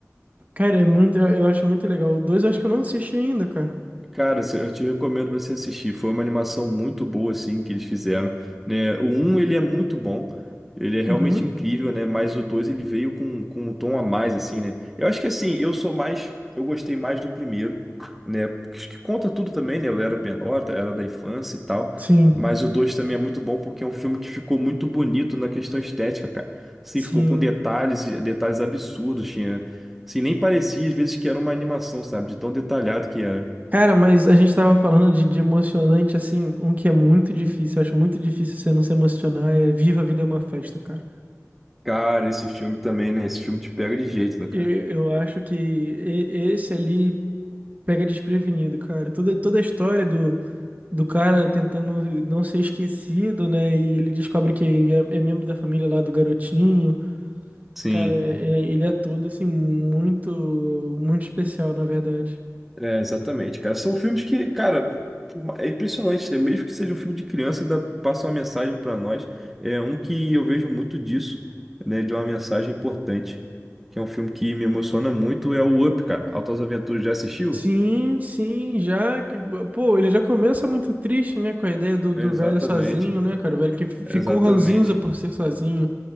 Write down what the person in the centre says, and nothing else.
Cara, se- eu te recomendo você assistir. Foi uma animação muito boa, assim, que eles fizeram, né? O um ele é muito bom. Ele é realmente
incrível, né? Mas o 2 ele veio com, com um tom a mais, assim, né? Eu acho que, assim, eu sou mais... Eu gostei mais do primeiro, né? Acho que conta tudo também, né? Eu era menor, tá? era da infância e tal.
Mas o 2 também é muito bom porque é um filme que ficou muito bonito na questão estética, cara. Assim,
ficou com detalhes, detalhes absurdos. Tinha... Assim, nem parecia, às vezes, que era uma animação, sabe? De tão detalhado que era.
Cara, esse filme também, né? Esse filme te pega de jeito, né,
cara?
Sim,
É, exatamente, cara. São filmes que, cara, por ma- é impressionante, né? Mesmo que seja um filme de criança, ainda passa uma mensagem pra nós. É um que eu vejo muito disso, né? De uma mensagem importante, que é um filme que me emociona muito, é o Up, cara. Altas Aventuras, já assistiu?
Exatamente,
exatamente.